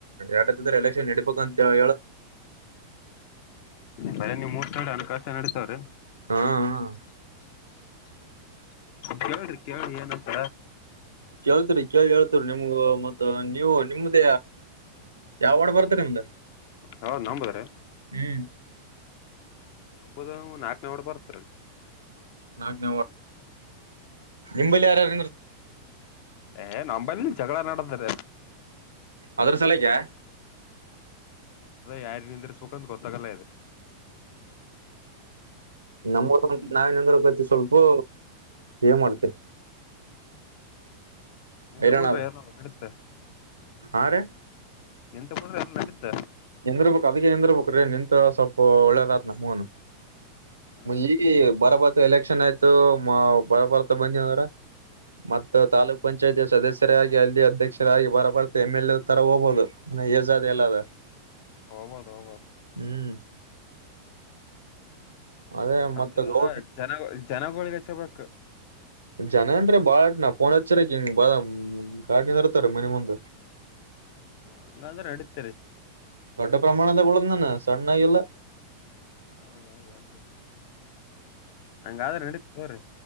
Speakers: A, on the right; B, on the left.
A: ಎಡತ್ತಿದ್ರ ಎಲೆಕ್ಷನ್ ಹ ಕುತಂತ ಹೇಳು.
B: ಬರ ನೀವ್ ಮೂರ್ಂಡೆ ಹಣಕಾಷ್ಟ ನಡತಾವ್ರೀ
A: ಹಾ ಹ
B: ಕೇಳ್ರಿ ಕೇಳ್ರಿ ಏನಂತ
A: ಕೇಳ್ತರಿ ಕೇಳಿ ಹೇಳ್ತರಿ ನಿಮ್ಗ ಮತ್ತ ನೀವು ನಿಮ್ದ ಯಾವ ವಡ ಬರ್ತರಿ ನಿಮ್ದ
B: ಹೌದ ನಂಬದ್ ರಿ
A: ಹ್ಮ್
B: ನಂಬದು ನಾಕನೇ ವಡ ಬರ್ತ್ರಿ
A: ನಾಕನೇ ನಿಂಬಲ್ಲಿ ಯಾರ್ಯಾರ
B: ಏ ನಂಬಲ್ಲಿ ಜಗಳ ನಡದ್ರ
A: ಅದ್ರ ಸಲಗೆ
B: ಯಾರೆ ನಿಂದ್ರಿಸಬೇಕಂತ ಗೊತ್ತಾಗಲ್ಲ ಆಗ್ಯಾದ
A: ನಮ್ಮರು ನಾವಿನ್ನಂದ್ರ ಕತಿ ಸ್ವಲ್ಪ ಏ ಮಾಡ್ತೆ
B: ನಿಂತ
A: ಹೈರಾಣ
B: ಬಿಡ್ರೆ
A: ಅದ
B: ಎಲ್ಲ ನಡಿತ
A: ಹಾ ರೀ
B: ನಿಂತ್ ಬಿಡ್ರೆ ಎಲ್ಲ ನಡಿತ
A: ಎಂದರ್ಬೇಕೇಕಕ್ ಅದಕ್ಕೆ ಎಂದಿರ್ಬೇಕಕ ನಿಂತ ಸ್ವಲ್ಪ ಒಳ್ಳೇದತ್ ನ್ಗನು
B: ಹಾ ರೀ
A: ಈಗ ಬರಬತ ಎಲೆಕ್ಷನ್ ಆಯ್ತು ಬರಬರ್ತ ಬಂದ್ರ ಮತ್ತ ತಾಲೂಕ್ ಪಂಚಾಯತಿ ಸದಸ್ಯರೇ ಆಗಿ ಅಲ್ಲಿ ಅಧ್ಯಕ್ಷರಾಗಿ ಬರಬರ್ ಎಮ್ ಎಲ್ ಎ ತರ ಹೋಗ್ಬಹುದು ಇನ ಯೇ ಜದ ಎಲ್ಲ ಆದ.
B: ಹೋಗ್ಬೌದು ಹೋಗ್ಬೌದು
A: ಹ್ಮ್ ಅದೇ ಮತ್ತ
B: ಅಂದ್ರ
A: ಗೌಡ್
B: ಜನ ಜನಗಳಳಿಗೆಚ್ಚಬೇಕು
A: ಜನ ಅನ ರಿ ಬಾಳ ಟ ನಾ ಫೋನ್ ಹಚ್ಚರ ಹಂಗ ಬಾಳ ಗಾಡ್ ನಿಂದರತರ ಮನಿ ಮುಂದ
B: ಹಂಗಂದ್ರ ನಡೀತ್ರಿ
A: ದೊಡ್ಡ ಪ್ರಮಾಣದ ಉಳದಿನಿ ನಾನು ಸಣ್ಣ ಆಯಲ್ಲ
B: ಹೌದೌದುನ್ರಿ ಹಂಗಾದ್ರೆ ನಡತ್ ತೋರಿ